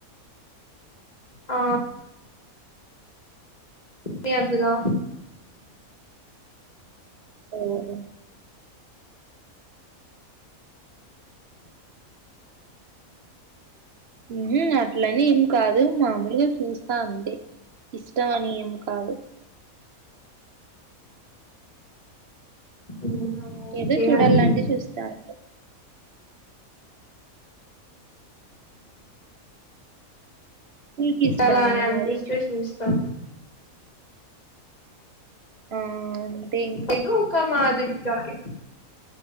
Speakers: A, on the left; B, on the right.
A: ఆ రీ అంతగా
B: ఉమ్ ఉమ్ హ్ అట్లని ఏం కాదు, మామూలుగ చూస్తా అంతె ఇష్టం అని ఏం కాదు
A: అవునా ఓకే
B: ఏదో చూడాలంటె
A: అండి
B: చూస్తా అంతే మీకు ఇష్టమా
A: అలా అని అనిపిస్తే
B: మరి చూ
A: చూస్తాను.
B: ఆ ఇంకా
A: ఏదో ఒక మాదిరిగా ఇపు